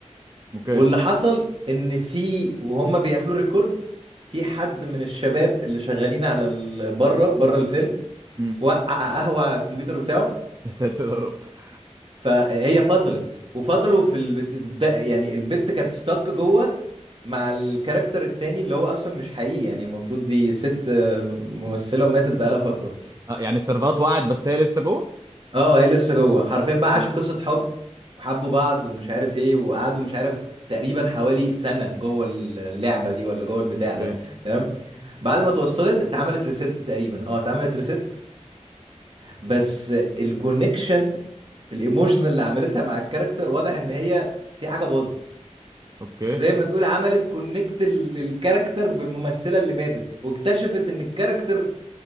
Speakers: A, on the right; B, on the right.
A: اوكي
B: واللي حصل ان في وهم بيعملوا ريكورد في حد من الشباب اللي شغالين على ال- بره بره الفيلم
A: مم.
B: وقع قهوة على الكمبيوتر بتاعه
A: يا ساتر يا رب <laughs>
B: فهي فصلت وفضلوا في البت... ده- يعني البت كانت ستك جوه مع الكاركتر التاني اللي هو اصلا مش حقيقي يعني المفروض دي ست آه، ممثلة وماتت بقالها فترة
A: آه يعني السيرفرات وقعت بس هي لسه جوه
B: اه هي لسه جوه حرفيا بقى عاشوا
A: اه
B: قصة حب وحبوا بعض ومش عارف ايه وقعدوا مش عارف تقريبا حوالي سنة جوه اللعبة دي ولا جوه البتاع
A: اوكي
B: ده تمام بعد ما اتوصلت اتعملت ريست تقريبا اه اتعملت ريست بس الكونكشن الايموشن اللي عملتها مع الكاركتر واضح ان هي في حاجه باظت
A: اوكي
B: زي ما تقول عملت كونكت الكاركتر بالممثله اللي ماتت واكتشفت ان الكاركتر